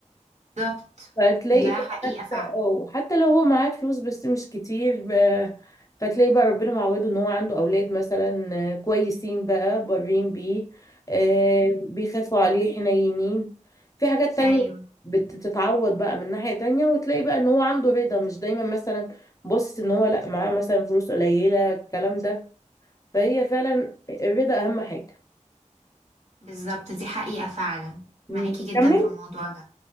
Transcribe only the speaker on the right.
بالظبط
ده
حقيقه
فعلا
ايوه
بالظبط دي حقيقه فعلا
معاكي جدا
في الموضوع ده